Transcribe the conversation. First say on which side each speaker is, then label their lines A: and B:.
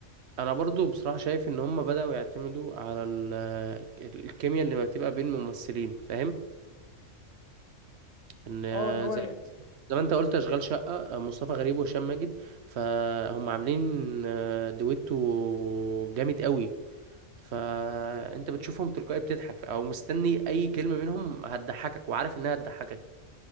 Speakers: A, on the right (about 60°); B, on the left (about 55°).
A: انا برضو بصراحه شايف ان هم بداوا يعتمدوا على ال- آه، الكيمياء اللي بتبقى بين الممثلين فاهم ان آه،
B: اه ان هو
A: زي زي ما انت قلت اشغال شقه آه، مصطفى غريب وهشام ماجد فهم عاملين آه، دويتو جامد قوي فانت بتشوفهم تلقائي بتضحك او مستني اي كلمه منهم هتضحكك وعارف انها هتضحكك